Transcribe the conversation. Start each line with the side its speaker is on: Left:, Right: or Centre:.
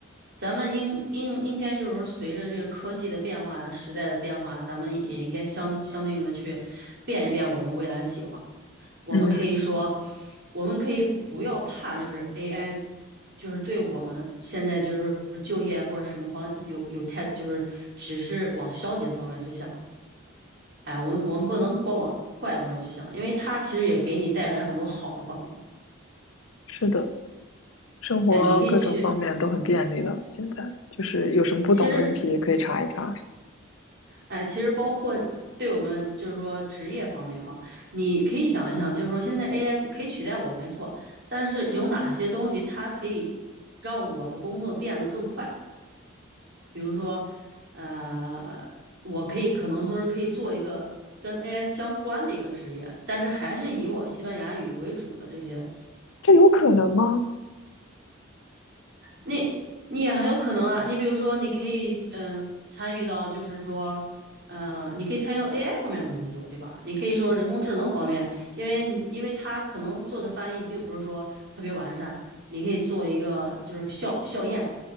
Right: 咱们应应应该就是随着这个科技的变化呀、时代的变化，咱们也应该相相对应的去变一变我们未来的计划。我们可以说，
Left: 嗯，
Right: 我们可以不要怕，就是 AI，就是对我们现在就是就业或者什么方有有太就是只是往消极的方面去想。哎，我们我们不能光往坏的方面去想，因为它其实也给你带来很多好的方面。
Left: 是的，生活各种方面都很便利了。
Right: 哎，你可以去，
Left: 现在就是有什么不懂的问题可以查一查，
Right: 其实，哎，其实包括对我们就是说职业方面啊，你可以想一想，就是说现在 AI 可以取代我，没错，但是有哪些东西它可以让我的工作变得更快？比如说，呃，我可以可能说是可以做一个跟 AI 相关的一个职业，但是还是以我西班牙语为主的这些。
Left: 这有可能吗
Right: 那你也很有可能啊，你比如说，你可以嗯参与到，就是说，嗯，你可以参与到 AI 方面的工作，对吧？你可以说人工智能方面，因为你因为它可能做的翻译并不是说特别完善，你可以做一个就是校校验